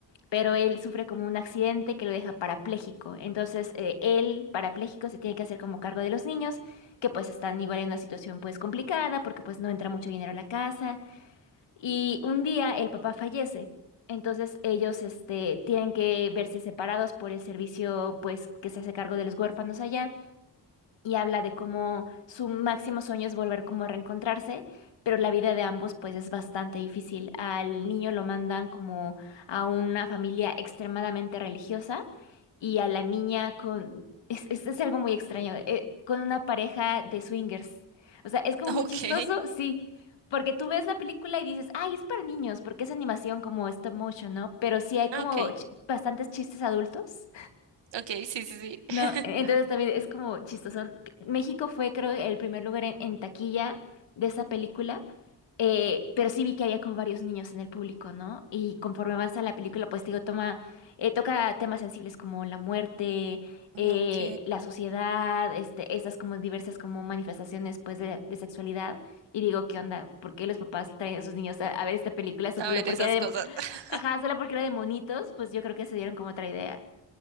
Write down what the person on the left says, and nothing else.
pero él sufre como un accidente que lo deja parapléjico. Entonces, eh, él, parapléjico, se tiene que hacer como cargo de los niños, que pues están igual en una situación pues complicada, porque pues no entra mucho dinero a la casa. Y un día el papá fallece. Entonces ellos este, tienen que verse separados por el servicio pues que se hace cargo de los huérfanos allá y habla de cómo su máximo sueño es volver como a reencontrarse, pero la vida de ambos pues es bastante difícil. Al niño lo mandan como a una familia extremadamente religiosa y a la niña con... Es, es, es algo muy extraño, eh, con una pareja de swingers. O sea, es como muy
chistoso, sí. Porque tú ves la película y dices, ay, es para niños, porque es animación como stop motion, ¿no? Pero sí hay como
ch- bastantes chistes adultos.
No,
e-, entonces también es como chistoso. México fue, creo, el primer lugar en, en taquilla de esa película, eh, pero sí vi que había como varios niños en el público, ¿no? Y conforme avanza la película, pues digo, toma, eh, toca temas sensibles como la muerte, eh,
la sociedad, este, estas como diversas como manifestaciones, pues, de, de sexualidad. Y digo, ¿qué onda? ¿Por qué los papás traen a sus niños a, a ver esta película? Solo
porque
era
de,
ajá, solo porque era de monitos, pues yo creo que se dieron como otra idea.